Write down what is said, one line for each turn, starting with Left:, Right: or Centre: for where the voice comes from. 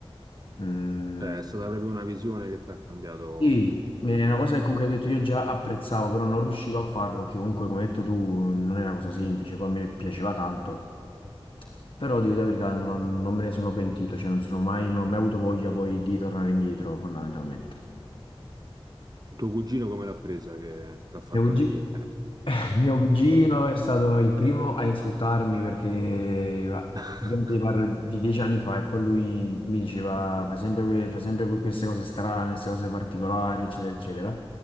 Left: Mm.
Right: Cioè, è stata proprio una visione che ti ha cambiato.
Left: Sì, è una cosa che comunque ho detto io già apprezzavo, però non riuscivo a farlo perché comunque, come hai detto tu, non è una cosa semplice, poi a me piaceva tanto, però devo dire la verità, non, non me ne sono pentito, cioè non sono mai, non ho mai avuto voglia poi di tornare indietro, fondamentalmente.
Right: Il tuo cugino come l'ha presa che ti ha fatto
Left: Mio cugi-
Right: cambiare idea?
Left: <laughs> mio cugino è stato il primo a insultarmi perché, va,
Right: <laughs>
Left: ovviamente parlo di dieci anni fa e poi lui mi diceva, fai sempre, que- fai sempre que- queste cose strane, queste cose particolari, eccetera, eccetera.